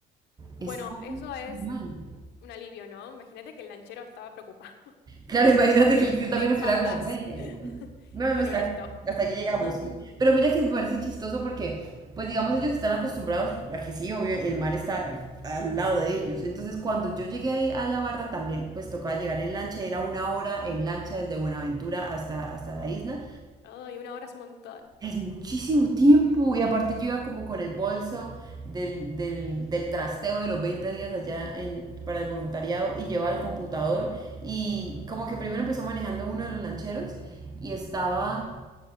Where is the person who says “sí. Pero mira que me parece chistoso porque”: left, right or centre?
Right